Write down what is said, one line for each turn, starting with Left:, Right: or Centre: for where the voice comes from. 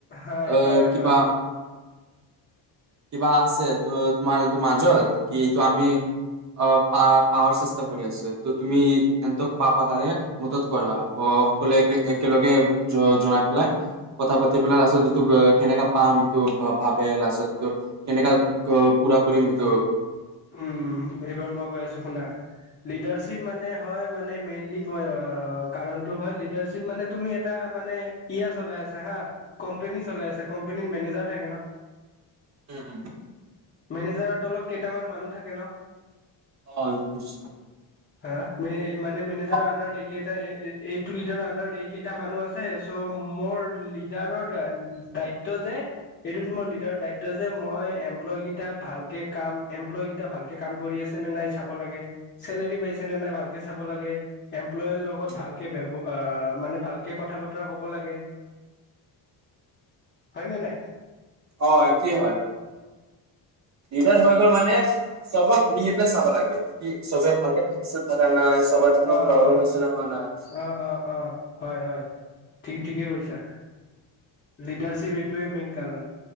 Left: হয়
Right: আহ
Left: হয়
Right: কিবা
Left: হয়
Right: কিবা আছে ত তোমাৰ যোনটো মাজত, কিটো আমি অ পা পাৱাৰ চস্তক কৰি আছে, ত তুমি এনথক পাবা তাৰে মদত কৰা স সকলোৱে একে একেলগে জ জনাই পেলাই কথা পাতিবলে লাষ্টত <unintelligible> কেনেকা পাম সিটো ভাব ভাবে লাছত এইটো কেনেকা ক পুৰা কৰিম সেইটোক?
Left: উম, উম, এইবাৰ মই কৈ আছো শুনা, লীডাৰশ্বীপ মানে হয় মানে মেইনলী পই হয় কাৰণটো হয় লীডাৰশ্বীপ মানে তুমি এটা মানে ইয়া চলাই আছা হা কম্পেনী চলাই আছে, কম্পেনীৰ মেনেজাৰ থাকে ন।
Right: উম।
Left: মেনেজাৰৰ তলত কেইটামান মানুহ থাকে ন?
Right: অ' <unintelligible>
Left: হা মে মানে মেনেজাৰৰ
Right: অ',
Left: আণ্ডাৰত এইকেইটা এ এ এইটো লিডাৰৰ আণ্ডাৰত এই কেইটা মানুহ আ চে চ মোৰ লিডাৰৰ দা দায়িত্ব যে এইটো তোমাৰ লি লিডাৰৰ দায়িত্ব যে মই এমপ্লয় কেইটাক ভালকে কাম এমপ্লয় কেইটা ভালকে কাম কৰি আছে নে নাই চাব লাগে, চেলেৰি পাইছে নে নাই ভালকে চাব লাগে। এমপ্লয়ৰ লগত
Right: উম,
Left: ভালকে বৱ আ মানে ভাল কে কথা - বতৰা কব লাগে হয়নে নাই?
Right: অ' একে হয় মানে লিডাৰচ হৈ গ'ল মানে চবক নিজে চাব লাগে, কি চবে ভালকে থাকিছে পাৰা নাই চবত কিবা
Left: অ' অ',
Right: প্ৰব্লেম হৈছে নে হোৱা নাই
Left: অ' অ' অ', হয় হয়, ঠিক ঠিকে কৈছা। লীডাৰশ্বীপ এইটোৱে মেইন কাৰণ